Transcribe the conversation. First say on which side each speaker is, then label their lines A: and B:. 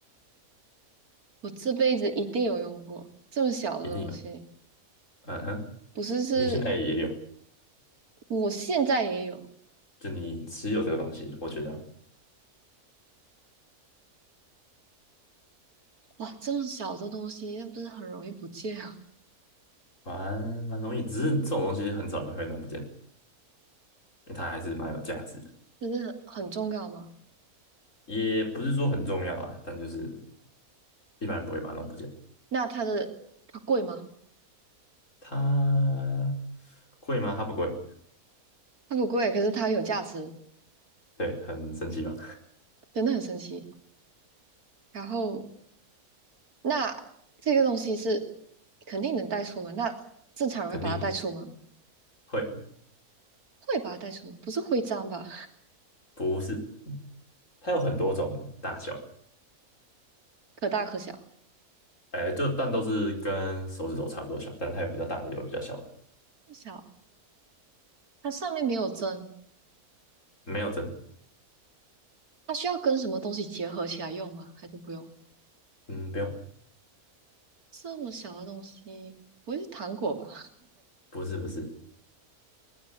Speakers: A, on the right; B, on the left.
A: 我这辈子一定有用过这么小的东西，
B: 一定有。嗯哼，
A: 不是是，
B: 你现在也有，
A: 我现在也有，
B: 就你持有这个东西，我觉得
A: 哇，这么小的东西，那不是很容易不见啊？
B: 蛮蛮容易，只是这种东西很少人会弄不见，因为它还是蛮有价值的，
A: 真的很重要吗？
B: 也不是说很重要啊，但就是一般人不会把它弄不见。
A: 那它的它贵吗？
B: 它贵吗？它不贵，
A: 它不贵，可是它很有价值，
B: 对，很神奇吧？
A: 真的很神奇。然后，那这个东西是肯定能带出门，那正常人会把它带出门，
B: 肯定的，会，
A: 会把它带出门，不是徽章吧？
B: 不是，它有很多种大小，
A: 可大可小，
B: 哎，就但都是跟手指头差不多小，但它有比较大的，有比较小的，
A: 不小。它上面没有针，
B: 没有针，
A: 它需要跟什么东西结合起来用吗？还是不用？
B: 嗯，不用，
A: 这么小的东西，不会是糖果吧？
B: 不是不是。